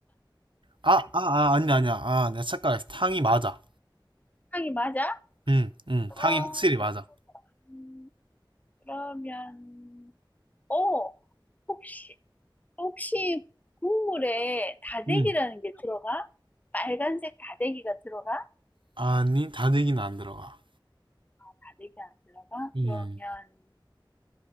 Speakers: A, on the right; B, on the left.
A: 아, 아, 아, 아니야, 아니야. 아, 내가 착각했어. 탕이 맞아.
B: 탕이 맞아?
A: 음, 음.
B: 어,
A: 탕이 확실히 맞아.
B: 음, 그러면, 어, 혹시, 혹시 국물에 다대기라는
A: 음.
B: 게 들어가? 빨간색 다대기가 들어가?
A: 아니, 다대기는 안 들어가.
B: 다대기 안 들어가?
A: 음.
B: 그러면,